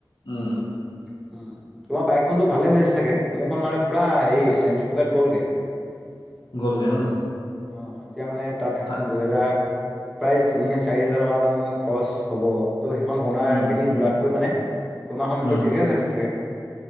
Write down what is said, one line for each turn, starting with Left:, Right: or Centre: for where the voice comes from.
Left: উম।
Centre: <unintelligible> তোমাৰ বাইকখনতো ভালে আছে চাগে, মোৰখন মানে পুৰা হেৰি চেন্সপকেট গ'লগে।
Left: গ'ল গৈ ন?
Centre: অ', এতিয়া মানে তা'ত- এখন
Left: তা
Centre: দুহেজাৰ, প্ৰায় তিনি-চাৰি হেজাৰ টকা মান খৰচ হ'ব। ত' সেইখন বনাই
Left: উম
Centre: পিনি
Left: উম
Centre: যোৱাতকৈ মানে তোমাৰখনটো
Left: উম
Centre: ঠিকেই হৈ আছে চাগে।